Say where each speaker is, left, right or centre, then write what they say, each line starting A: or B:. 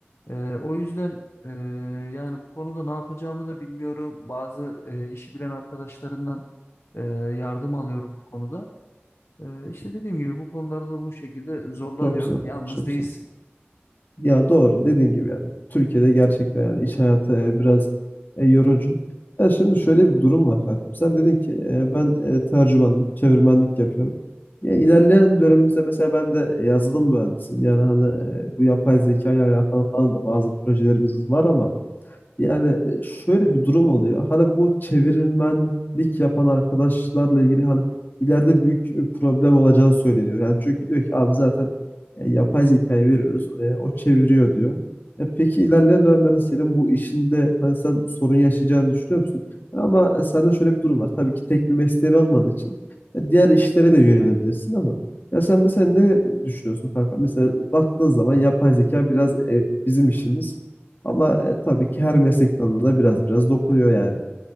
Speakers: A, on the left (about 75°); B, on the left (about 50°).
A: Ee, o yüzden e, yani bu konuda ne yapacağımı da bilmiyorum. Bazı e, işi bilen arkadaşlarından e, yardım alıyorum bu konuda. E, işte dediğim gibi bu konularda bu şekilde zorlanıyoruz.
B: Çok güzel.
A: Yalnız
B: Çok güzel.
A: değilsin.
B: Ya doğru dediğin gibi yani. Türkiye'de gerçekten yani iş hayatı e, biraz e, yorucu. Ya şimdi şöyle bir durum var kankam. Sen dedin ki e, ben e, tercümanım, çevirmenlik yapıyorum. Ya ilerleyen dönemimizde mesela ben de e, yazılım mühendisiyim. Yani hani e, bu yapay zeka ile alakalı falan da bazı projelerimiz var ama yani e, şöyle bir durum oluyor. Hani bu çevirmenlik yapan arkadaşlarla ilgili hani ileride büyük e, problem olacağı söyleniyor. Yani çünkü diyor ki abi zaten e, yapay zekayı veriyoruz. e, o çeviriyor diyor. E, peki ilerleyen dönemlerde senin bu işinde hani sen sorun yaşayacağını düşünüyor musun? E, Ama e, sende şöyle bir durum var. Tabii ki tek bir mesleğin olmadığı için e, diğer işlere de yönelebilirsin ama ya sen mesela ne düşünüyorsun kanka? Mesela baktığın zaman yapay zeka biraz e, bizim işimiz. Ama e, tabii ki her meslek dalına da biraz biraz dokunuyor yani.